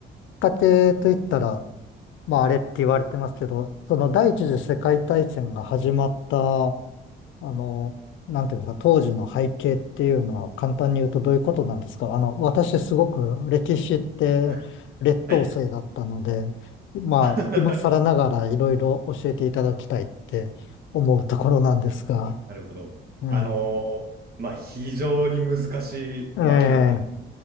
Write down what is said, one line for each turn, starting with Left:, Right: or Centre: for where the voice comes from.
Left: 家庭といったら、まあ、あれって言われてますけど、その第一次世界大戦が始まった、あの、なんていうんですか、当時の背景っていうのは簡単に言うとどういうことなんですかあの、私すごく歴史って劣等生だったので、
Right: <laughs> はい。
Left: まあ、
Right: <laughs>
Left: 今更ながらいろいろ教えていただきたいって思うところなんですが、
Right: なるほど。
Left: うん。
Right: あのーまあ、非常に難しいわけなんです。
Left: え